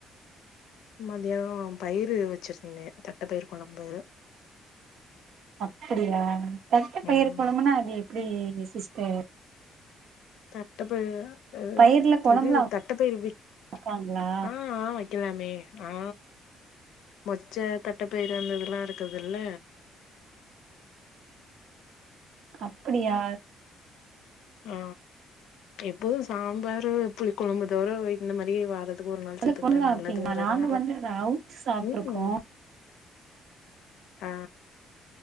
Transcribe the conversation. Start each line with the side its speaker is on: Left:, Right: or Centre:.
Left: மதியானோ பயிரு வச்சிருந்தே தட்ட பயிர் கொழம்பு
Right: அப்படியா தட்ட
Left: ம்
Right: பயிர் கொழம்புனா அது எப்டி சிஸ்டர்
Left: தட்ட பயி
Right: பயிர்ல கொழம்புலா
Left: இது தட்ட பயிரு விக்
Right: வப்பாங்களா
Left: ஆ ஆம வக்கலாமே ஆ மொச்ச தட்ட பயிர் அந்த துல்லா இருக்குதுல்ல
Right: அப்படியா
Left: ஆ எப்போது சாம்பாரு புளி கொழம்பு தவிர இந்த மாரி வாரத் க்கு ஒரு நாள்
Right: அதுல
Left: சேத்துக்கிட்டா
Right: கொழம்புலா
Left: நல்லதுங்குறதுனால
Right: வப்பீங்களா நாங்க வந்து அத அவுச்சு சாப்ட்ருக்கோ
Left: ம் ஆ